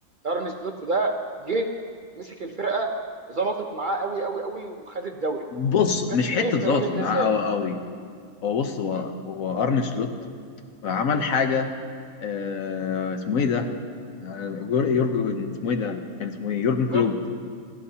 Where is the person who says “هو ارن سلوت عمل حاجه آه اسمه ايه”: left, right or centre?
Left